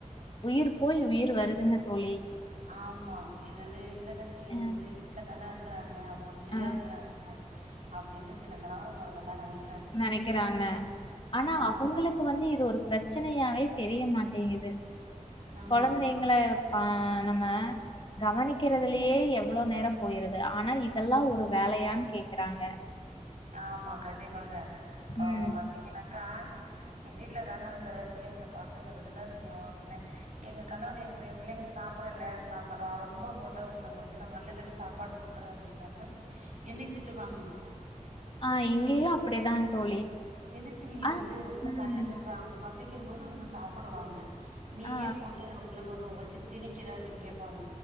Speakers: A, on the left; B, on the right.
A: உயிர் போய் உயிர் வருதுங்க தோழி
B: ஆமா எதாவது இல்லத்தரசிகள்
A: ஆ
B: வந்து வீட்ல தான இருக்கிறாங்க அவுங்க ஃப்ரியா
A: ஆ
B: இருக்கிறாங்க அப்டின்னு சில கணவர்மார்கள்ல்லா நெனைக்
A: நெனைக்கிறாங்க ஆனா
B: நம்ம
A: அவுங்களுக்கு
B: பா
A: வந்து இது ஒரு பிரெச்சனயாவே தெரிய மாட்டேங்கிது
B: ஆமா,
A: கொழந்தை ங்கள பா நம்ம கவனிக்கிறதுலயே எவ்ளோ நேரோ போயிருது ஆனா இதெல்லா ஒரு வேலயான் கேக்குறாங்க
B: ஆமா கண்டிப்பாக இப்ப அவுங்க
A: ம்.
B: பாத்தீங்கன்னாக்கா நீ வீட்ல தான இருக்குறப் பிள்ளைங்கள பாத்துகிறதுல நீங்க என்ன எங்க கணவர்ட்ட எங்க எ பிள்ளைங்க சாப்பிடல நம்ம நா ரொம்ப போட்டு அவுங்கள கொஞ்ச தா மல்லு கட்டி சாப்பாடு குடுக்குறே அப்டின்னாக்க என்னைய திட்டுவாங்க
A: ஆ இங்கேயும்
B: எது
A: அப்படிதான் தோழி.
B: எதுக்கு நீ
A: ஆ
B: வந்து ரொம்ப
A: ம்.
B: மல்லு கட்டுற பசிக்கும் போது அவங்க சாப்பிடுவாங்க நீ
A: ஆ
B: ஏன் போட்டு அவங்களுக்கு ஒரு வச்சி திணிக்கிற அப்படின்னு கேட்பாங்க